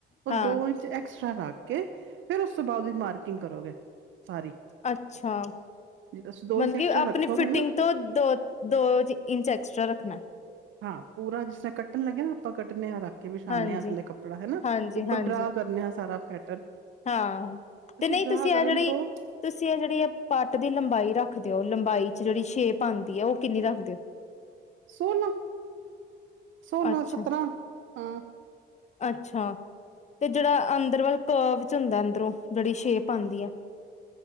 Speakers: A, on the right; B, on the left.
A: ਉਹ
B: ਹਾਂ
A: ਦੋ ਇੰਚ ਐਕਸਟ੍ਰਾ ਐਕਸਟਰਾ ਰੱਖ ਕੇ ਫੇਿਰ ਉਸ ਤੋਂ ਬਾਅਦ ਉਹਦੀ ਮਾਰਕਿੰਗ ਕਰੋਗੇ ਸਾਰੀ
B: ਅੱਛਾ।
A: ਜੇ ਤੁਸੀਂ ਦੋ
B: ਮਤਲਬ
A: ਇੰਚ ਐਕਸਟਰਾ
B: ਕਿ ਆਪਣੀ
A: ਰੱਖੋਗੇ
B: ਫਿਟਿੰਗ
A: ਨਾ
B: ਤੋਂ ਦੋ ਦੋ ਇੰਚ ਐਕਸਟਰਾ ਰੱਖਣਾ
A: ਹਾਂ ਪੂਰਾ ਜਿਸ ਤਰ੍ਹਾਂ ਕੱਟਣ ਲੱਗਿਆ ਨਾ ਆਪਾਂ ਕੱਟਣੇ ਹਾਂ ਰੱਖ ਕੇ ਵਿਛਾਨੇ
B: ਹਾਂਜੀ
A: ਹਾਂ ਥੱਲੇ ਕੱਪੜਾ ਹਨਾ
B: ਹਾਂਜੀ
A: ਉੱਪਰ
B: ਹਾਂਜੀ
A: ਡਰਾ ਕਰਨੇ ਆ ਸਾਰਾ ਪੈਟਰਨ
B: ਹਾਂ ਹਾਂ ਤੇ ਨਹੀਂ
A: ਡਰਾ
B: ਤੁਸੀਂ
A: ਕਰਨ
B: ਇਹ ਜਿਹੜੀ
A: ਤੋਂ
B: ਤੁਸੀਂ ਇਹ ਜਿਹੜੀ ਆ ਪੱਟ ਦੀ ਲੰਬਾਈ ਰੱਖਦੇਓ ਲੰਬਾਈ ਚ ਜਿਹੜੀ ਸ਼ੇਪ ਆਉਂਦੀ ਹੈ ਉਹ ਕਿੰਨੀ ਰੱਖਦੇਓ
A: ਸੋਲਾਂ ਸੋਲਾਂ
B: ਅੱਛਾ,
A: ਸਤਰਾਂ ਹਾਂ
B: ਅੱਛਾ ਤੇ ਜਿਹੜਾ ਅੰਦਰ ਵੱਲ ਕਰਵ ਚ ਹੁੰਦਾ ਅੰਦਰੋਂ ਜਿਹੜੀ ਸ਼ੇਪ ਆਉਂਦੀ ਹੈ